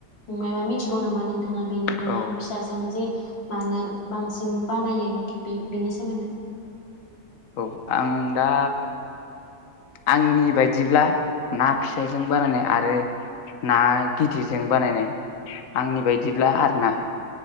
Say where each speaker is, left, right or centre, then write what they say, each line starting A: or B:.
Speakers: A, on the left (about 75°); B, on the left (about 55°).
A: मा मिथिगौ नामा नोंथाङा बेनिफ्राय
B: औ
A: ना फिसाजों जे मानो बांसिन बानायो बे बेनि सोमोन्दै
B: औ आं दा आंनि बायदिब्ला ना फिसा जों बानायनाय आरो ना गिदिरजों बानायनाय आंनि बायदिब्ला आरोना